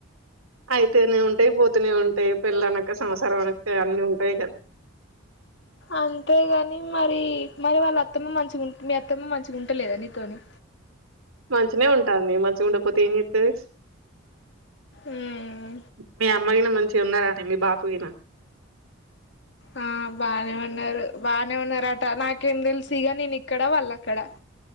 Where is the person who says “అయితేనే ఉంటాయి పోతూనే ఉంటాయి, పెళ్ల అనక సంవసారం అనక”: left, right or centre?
Right